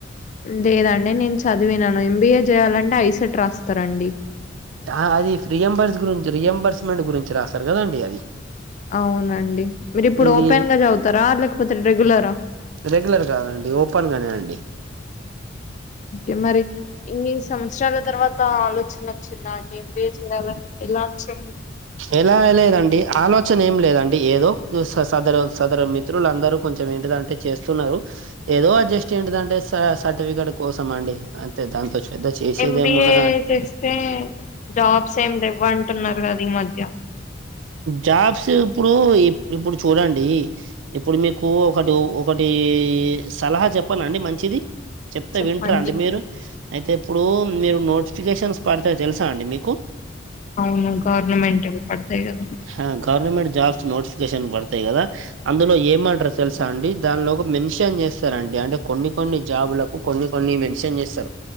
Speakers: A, on the left; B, on the right.
A: లేదండి నేను చదివినను ఎంబీఏ చేయాలంటే ఐసెట్ రాస్తారండి
B: ఆ అది ప్రియంబర్స్ గురించి రియంబర్స్మెంట్ గురించి రాస్తారు కదండి అది
A: అవునండి మీరు ఇప్పుడు
B: ఇది
A: ఓపెన్ గా చదువుతరా లేకపోతే రెగ్యులరా
B: రెగ్యులర్ కాదండి ఓపెన్గానే అండి
A: అంటే మరి ఇన్ని సంవత్సరాల తర్వాతా ఆలోచన వచ్చిందా అండి ఎంబిఏ చేయాలని ఎలా వచ్చింది
B: ఎలా లేదండి ఆలోచన ఏం లేదండి ఏదో సదరు సదరు మిత్రులందరూ కొంచెం ఏంటిదంటే చేస్తున్నరు ఏదో అడ్జస్ట్ ఏంటి దంటే సా సర్టిఫికెట్ కోసం అండి అంతే దాంతో పెద్ద చేసేది
A: ఎంబిఏ
B: ఏమి ఉన్నదండి
A: చేస్తే జాబ్స్ ఏమి లెవ్వంటున్నారు కదా ఈ మధ్య
B: జాబ్స్ ఇప్పుడూ ఇప్పుడు చూడండీ ఇప్పుడు మీకూ ఒకటో ఒకటీ సలహా చెప్పనండి మంచిది చెప్తే
A: చెప్పండి
B: వింటర అండి మీరు అయితే ఇప్పుడూ మీరు నోట్స్ ఫికేషన్స్ పడితాయి తెలుసా అండి మీకు
A: అవును గవర్నమెంట్ అవి పడతాయి కదా
B: హా గవర్నమెంట్ జాబ్స్ నోటిఫికేషన్ పడతాయి కదా అందులో ఏమంటరు తెలుసా అండి దానిలోపు మెన్షన్ చేస్తారండి అంటే కొన్ని కొన్ని జాబులకు కొన్ని కొన్ని మెన్షన్ చేస్తరు